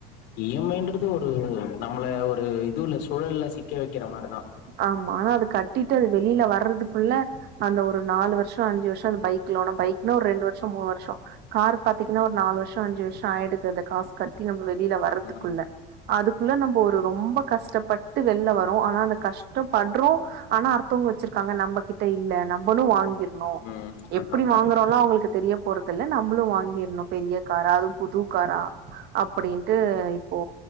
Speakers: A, on the left; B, on the right.
A: இ எம் ஐ இன்றது ஒரு நம்மள ஒரு இதுவுல்ல சூழல்ல சிக்க வைக் கிற மாரி தான்
B: ஆமா ஆனா அது கட்டிட்டு அது வெளியில வர்றதுக்குள்ள அந்த ஒரு நாலு வருஷம் அஞ்சு வருஷம் அந்த பைக்லோனு பைக்னா ஒரு ரெண்டு வருஷம் மூணு வருஷம் கார் பாத்தீங்கன்னா ஒரு நாலு வருஷம் அஞ்சு வருஷம் ஆயிடுது அத காசு கட்டி நம்ம வெ வெளியில வர்றதுக்குள்ள
A: ம்
B: அதுக்குள்ள நம்ப ஒரு ரொம்ப கஷ்டப்பட்டு வெளில வரோம் ஆனா அந்த கஷ்டப்படுறோம் ஆனா அர்த்தவங்க வச்சிருக்காங்க நம்ப கிட்ட இல்ல நம் ன்னு வாங்கிர்னும்
A: ம் அந்த
B: எப்படி
A: மாரி
B: வாங்கறோம்லாம் அவங்களுக்கு தெரிய போறது லா நம்மளும் வாங்கிடணும் பெரிய காரா அது புது காரா அப்படின்ட்டு இப்போ